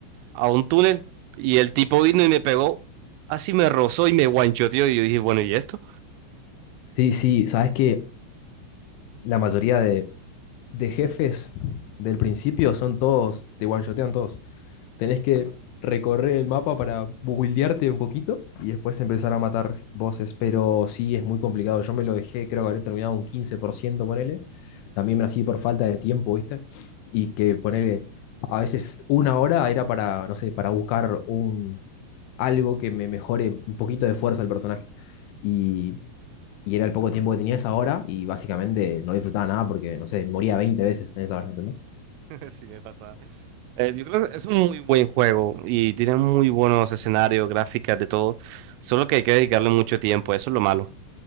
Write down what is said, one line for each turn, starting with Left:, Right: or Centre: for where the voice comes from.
Right: a un túnel y el tipo vino y me pegó, así me rozó y me guanchoteó. Y yo dije, bueno, ¿y esto?
Left: Sí, sí, sabes que la mayoría de, de jefes del principio son todos, te one-shotean todos. Tenés que recorrer el mapa para buildearte un poquito y después empezar a matar bosses, pero sí es muy complicado. Yo me lo dejé, creo que habré terminado un 15%, ponele. También me así por falta de tiempo, ¿viste? Y que ponele, a veces una hora era para, no sé, para buscar un, algo que me mejore un poquito de fuerza al personaje. Y, y era el poco tiempo que tenía esa hora y básicamente no le disfrutaba nada porque, no sé, moría 20 veces en esa hora, ¿entendés?
Right: <laughs> Sí me pasa. Eh, yo creo que es un muy buen juego y tiene muy buenos escenarios, gráficas, de todo. Solo que hay que dedicarle mucho tiempo, eso es lo malo.